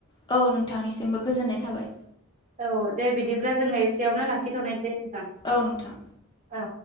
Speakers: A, on the left; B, on the right.
A: औ नोंथांनिसिमबो गोजोननाय थाबाय।
B: औ दे बिदिब्ला जोङो एसेयावनो लाखिथ'नोसै। नोंथां
A: औ नोंथां।
B: औ।